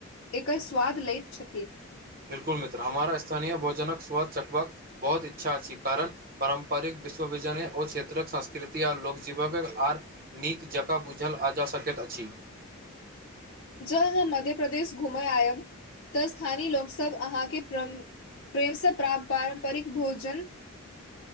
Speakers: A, on the left (about 60°); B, on the right (about 40°).
A: एकर स्वाद लैत छथि।
B: बिलकुल मित्र, हमरा स्थानीय भोजनक स्वाद चखबाक बहुत इच्छा अछि कारण पारम्परिक विश्व विजन ओ क्षेत्रक संस्कृति आ लोकजीवनक आर नीक जकाँ बूझल जा सकैत अछि।
A: जँ अहाँ मध्य प्रदेश घुमय आयब त स्थानीय लोक सब अहाँके प्रेम प्रेमसँ प्राप्त पारम्परिक भोजन